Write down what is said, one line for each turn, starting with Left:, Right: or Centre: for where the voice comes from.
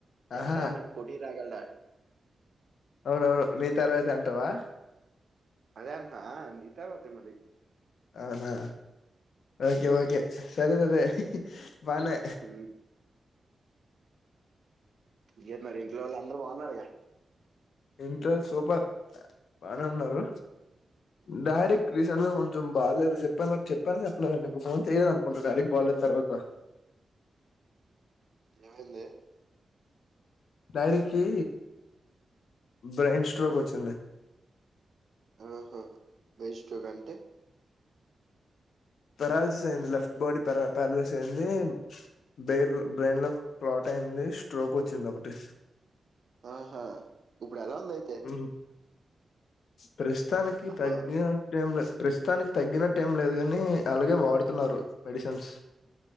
Left: ఆహా
Right: ఎవడైనా నీకు పోటీ రాగలడా?
Left: అవునవును నీ తర్వాతే అంటవా?
Right: అదే అంటున్న ఆహ్ నీ తరువాతే మరి
Left: అవునా ఓకే
Right: ఉమ్,
Left: ఓకే,
Right: ఉమ్,
Left: సరే సరే బానే
Right: ఉమ్. ఇంకేటి మరి ఇంట్లో వాళ్ళు అందరు బాగున్నారుగా?
Left: ఇంట్లోళ్ళు సూపర్, బానేఉన్నారు
Right: ఉమ్,
Left: డాడీకి తర్ లో కొంచెం బాగాలేదు చెప్పా చెప్పానా చెప్పలేదా నీకు, ఫోన్ చెయ్యలేదనుకుంట డాడీ కి బాగాలేదు తర్వాత
Right: ఏమైంది?
Left: డాడీకి బ్రెయిన్ స్ట్రోక్ వచ్చింది.
Right: ఓహో బ్రెయిన్స్ట్రోక్ అంటే
Left: పెరాలిసిస్ అయింది లెఫ్ట్ బాడీ పేర పారలైజ్ అయింది బెర్ బ్రెయిన్ లో క్లాట్ అ యింది స్ట్రోకోచ్చింది ఒకటి
Right: ఆహా ఇప్పుడు ఎలా ఉంది అయితే
Left: ఉమ్, ప్రస్తుతానికి
Right: హలో
Left: తగ్గినట్టేవుంది ప్రస్తుతానికి తగ్గినట్టు ఏం లేదు కాని అలాగే వాడుతున్నారు మెడిసిన్స్